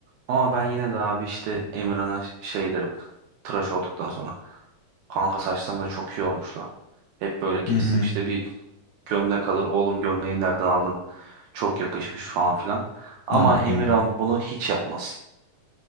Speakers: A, on the right (about 80°); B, on the left (about 80°).
A: Ama ben yine de abi işte Emirhan'a şey derim. Tıraş olduktan sonra. Kanka saçlarım da çok iyi olmuş lan. Hep böyle kestir.
B: Hı hı.
A: İşte bir gömlek alır. Oğlum gömleği nereden aldın? Çok yakışmış falan filan. Ama
B: Evet
A: Emirhan
B: kanka.
A: bunu hiç yapmaz.